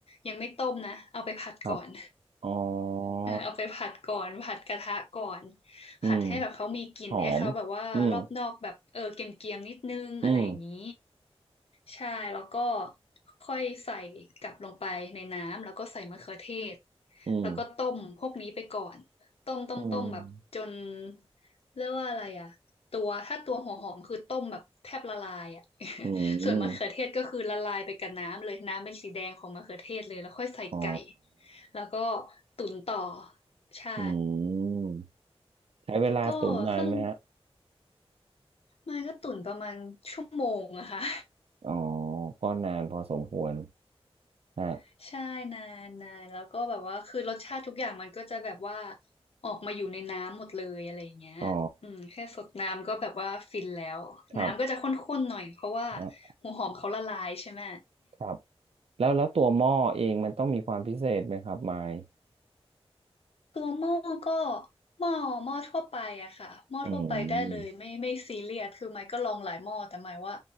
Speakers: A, on the left; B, on the right.
A: ยังไม่ต้มนะเอาไปผัดก่อน
B: ครับอ๋อ
A: เออเอาไปผัดก่อนผัดกระทะก่อน
B: อืม
A: ผัดให้แบบเขามีกลิ่นให้เขาแบบว่ารอบนอกแบบเออเกรียมๆนิดนึงอะไรอย่างนี้
B: หอมอืมอืม
A: ใช่แล้วก็ค่อยใส่กลับลงไปในน้ำแล้วก็ใส่มะเขือเทศ
B: อืม
A: แล้วก็ต้มพวกนี้ไปก่อนต้มต้มต้มแบบจน
B: อืม
A: เรียกว่าอะไรอ่ะ ตัวถ้าตัวหัวหอมคือต้มแบบแทบละลายอ่ะ <laughs>
B: อื
A: ส่วนมะเขือเทศก็คือละลายไปกับน้ำเลยน้ำเป็นสีแดงของมะเขือเทศเลยแล้วค่อยใส่ไก่
B: มอ๋อ
A: แล้วก็ตุ๋นต่อใช่
B: อืมใช้เวลาตุ๋นนานไหมฮะ
A: ก็เครื่องมันก็ตุ๋นประมาณชั่วโมงอะค่ะ
B: อ๋อก็นานพอสมควรฮะ
A: <laughs> ใช่นานนานแล้วก็แบบว่าคือรสชาติทุกอย่างมันก็จะแบบว่าออกมาอยู่ในน้ำหมดเลยอะไรอย่างเงี้ยอืมแค่สดน้ำก็แบบว่าฟินแล้วน้ำก็จะข้นๆหน่อยเพราะว่า
B: อ๋อครับอ่ะ
A: หัวหอมเขาละลายใช่ไหม
B: ครับ แล้วแล้วตัวหม้อเองมันต้องมีความพิเศษไหมครับไมค์
A: ตัวหม้อก็หม้อหม้อทั่วไปอะค่ะหม้อทั่วไปได้เลยไม่ไม่ซีเรียสคือไมค์ก็ลองหลายหม้อแต่หมายว่า
B: อืม